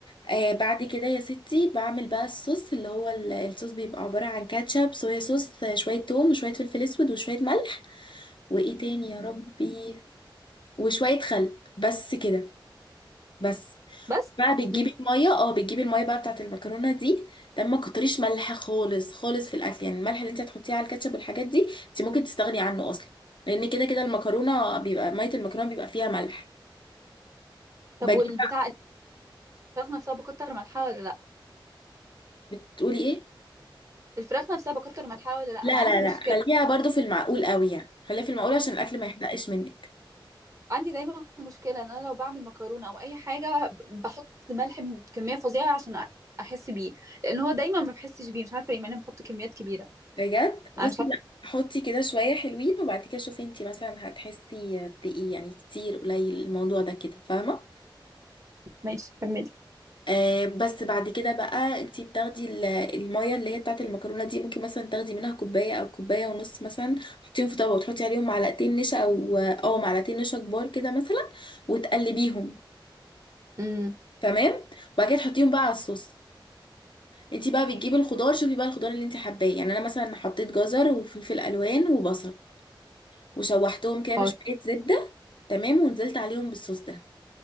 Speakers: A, on the left; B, on the right.
A: آه بعد كده يا ستي بعمل بقى الصوص اللي هو ال- الصوص بيبقى عباره عن كاتشب صويا صوص آه، شويه توم وشويه فلفل اسود وشويه ملح وايه تاني يا ربي وشويه خل بس كده بس
B: بس
A: بقى بتجيبي
B: مم.
A: الميه اه بتجيبي الميه بقى بتاعت المكرونه دي تمام ما كتريش ملح خالص خالص في الاكل يعني الملح اللي انت هتحطيه على الكاتشب والحاجات دي انت ممكن تستغني عنه اصلا لان كده كده المكرونه بيبقى ميه المكرونه بيبقى فيها ملح بجيب
B: طب والبتاع
A: بقى
B: الفراخ نفسها بكتر ملحها ولا لأ؟
A: بتقولي ايه
B: الفراخ نفسها بكتر ملحها ولا لأ؟ أنا
A: لا
B: عندي
A: لا
B: مشكلة
A: لا خليها برضو في المعقول قوي يعني خليها في المعقول عشان الاكل ما يحرقش منك
B: عندي دايما مشكلة ان انا لو بعمل مكرونة او اي حاجة بحط ملح بكمية فظيعة عشان أ- احس بيه لان هو دايما ما بحسش بيه مش عارفة ليه مع اني بحط كميات كبيرة
A: بجد بصي
B: انا مش عارفة
A: لا حطي كده شويه حلوين وبعد كده شوفي انت مثلا هتحسي بايه يعني كتير قليل الموضوع ده كده فاهمه
B: ماشي كملي
A: آه بس بعد كده بقى انتي بتاخدي ال- المية اللي هي بتاعت المكرونة دي ممكن مثلا تاخدي منها كوباية او كوباية ونص مثلا تحطيهم في طبق وتحطي عليهم معلقتين نشا او آه، او معلقتين نشا كبار كده مثلا وتقلبيهم
B: امم
A: تمام وبعد كده تحطيهم بقى على الصوص انتي بقى بتجيبي الخضار شوفي بقى الخضار اللي انتي حباه يعني انا مثلا حطيت جزر وفلفل الوان وبصل وشوحتهم كده بشوية
B: اه
A: زبدة تمام ونزلت عليهم بالصوص ده